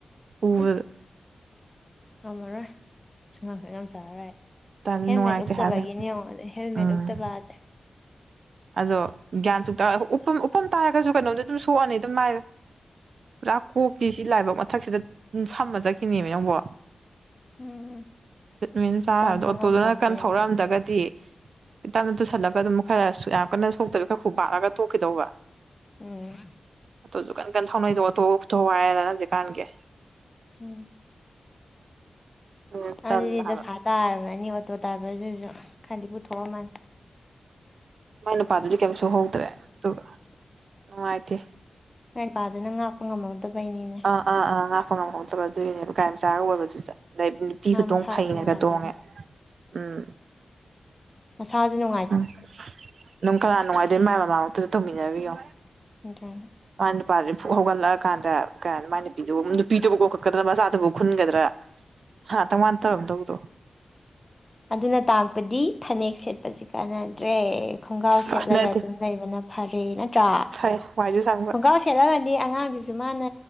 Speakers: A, on the right; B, on the left.
A: ꯎꯕꯗ
B: ꯎꯝ ꯉꯝꯃꯔꯣꯏ ꯁꯨꯡꯉꯝꯈꯣꯏ ꯉ ꯆꯥꯔꯔꯣꯏ
A: ꯇꯜꯂꯤ
B: ꯍꯦꯜꯃꯦꯠ
A: ꯅꯨꯡꯉꯥꯏꯇꯦ
B: ꯎꯞꯇꯕꯒꯤꯅꯦꯉ
A: ꯍꯥꯏꯕ
B: ꯍꯦꯜꯃꯦꯠ
A: ꯎꯝ
B: ꯎꯞꯇꯕꯁꯦ
A: ꯑꯗꯣ ꯒ꯭ꯌꯥꯟ ꯁꯨꯛꯇ ꯎ ꯎꯞꯄꯝ ꯇꯥꯔꯒꯁꯨ ꯀꯩꯅꯣꯝꯗ ꯑꯗꯨꯝ ꯁꯣꯛꯑꯅꯤ ꯑꯗꯨꯝ ꯃꯥꯏꯕ ꯄꯨꯔꯥ ꯀꯣꯛꯇꯁꯤ ꯂꯥꯏꯕꯛ ꯃꯊꯛꯁꯤꯗ ꯁꯝꯃ ꯆꯠꯈꯤꯅꯦꯕ ꯅꯪꯕꯣ
B: ꯎꯝ
A: ꯃꯤꯟ ꯆꯥꯗ
B: ꯇꯝꯕ
A: ꯑꯣꯇꯣꯗꯨꯅ
B: ꯉꯝꯄꯣꯟꯇꯦ
A: ꯀꯟ ꯊꯧꯔꯛꯑꯝꯗ꯭ꯔꯒꯗꯤ ꯏꯇꯞꯅ ꯇꯨꯁꯜꯂꯒ ꯑꯗꯨꯝ ꯈꯔ ꯌꯥꯝ ꯀꯟꯅ ꯁꯣꯛꯇꯕꯤ ꯈꯔ ꯈꯨꯕꯥꯔꯂꯒ ꯇ ꯊꯣꯛꯈꯤꯗꯧꯕ
B: ꯎꯝ
A: ꯑꯇꯣꯁꯨ ꯀꯟ ꯊꯧꯅꯗꯣ ꯑꯣꯇꯣ ꯀ ꯄꯨꯊꯣꯛ ꯍꯥꯏꯔꯦꯅ ꯅꯪꯖꯤꯛꯀꯥꯟꯒꯤ
B: ꯎꯝ
A: ꯑꯗꯨꯅ ꯇꯜꯂꯦ
B: ꯑꯗꯨꯗꯤ
A: ꯍꯥꯏꯕ
B: ꯗꯁꯥ ꯇꯥꯔꯕꯅꯤ ꯑꯣꯇꯣ ꯗ꯭ꯔꯥꯏꯚꯔꯁꯤꯁꯨ ꯈꯔꯗꯤ ꯄꯨꯊꯣꯛꯑꯝꯃꯜꯅꯤ
A: ꯃꯥꯏ ꯅꯨꯄꯥꯗꯨꯗꯤ ꯀꯤꯝ ꯁꯍꯧꯗ꯭ꯔꯦ ꯑꯗꯨꯒ ꯅꯨꯡꯉꯥꯏꯇꯦ
B: ꯅꯥꯏ ꯅꯨꯄꯥꯗꯨ ꯅꯅ ꯉꯥꯛꯄ ꯉꯝꯍꯧꯗꯕꯩꯅꯤꯅꯦ
A: ꯑꯥ ꯑꯥ ꯑꯥ ꯉꯥꯛꯄ ꯉꯝꯍꯧꯗꯕ ꯑꯗꯨꯒꯤꯅꯦꯕ ꯀꯥꯝ ꯆꯥꯒ ꯑꯣꯏꯕꯗꯨ ꯅꯨꯄꯤ
B: ꯃꯥ
A: ꯈꯨꯇꯣꯡ
B: ꯃꯁꯥꯗ
A: ꯐꯩꯅꯒ
B: ꯅꯨꯡꯉꯥꯏꯖꯔꯝꯃꯣꯏ
A: ꯇꯣꯡꯉꯦ ꯎꯝ
B: ꯃꯁꯥꯖꯤꯅ
A: ꯎꯝ ꯑꯗꯨꯝ ꯀꯅꯥ ꯅꯨꯡꯉꯥꯏꯗꯣꯏ ꯃꯌꯥꯝ ꯃꯃꯥꯡꯃꯛꯇꯗ ꯇꯧꯃꯤꯟꯅꯕꯤꯌꯣ
B: ꯑꯗꯨꯅꯦ
A: ꯃꯥ ꯅꯨꯄꯥꯗꯨꯗꯤ ꯐꯨꯛ ꯍꯧꯒꯠꯂꯛꯑꯀꯥꯟꯗ ꯀꯩ ꯃꯥꯏ ꯅꯨꯄꯤꯗꯨꯕꯨ ꯅꯨꯄꯤꯗꯨꯕꯨ ꯀꯣꯛꯈꯠꯀꯗ꯭ꯔꯥ ꯃꯆꯥꯗꯨꯕꯨ ꯈꯨꯟꯒꯗ꯭ꯔꯥ ꯍꯥꯥ ꯇꯃꯗ ꯇꯔꯝꯗꯧꯗ
B: ꯑꯗꯨꯅ ꯇꯥꯛꯄꯗꯤ ꯐꯅꯦꯛ ꯁꯦꯠꯄꯁ ꯀꯥꯟꯅꯗ꯭ꯔꯦ ꯈꯣꯡꯒ꯭ꯔꯥꯎ ꯁꯦꯠꯂꯒ
A: ꯀꯥꯟꯅꯗꯦ
B: ꯑꯗꯨꯝ ꯂꯩꯕꯅ ꯐꯔꯦ ꯅꯠꯇ꯭ꯔꯥ
A: ꯐꯩ ꯋꯥꯏꯁꯨ ꯁꯪꯕ
B: ꯈꯣꯡꯒ꯭ꯔꯥꯎ ꯈꯦꯠꯂꯝꯃꯗꯤ ꯑꯉꯥꯡꯗꯨꯁꯨ ꯃꯥꯅ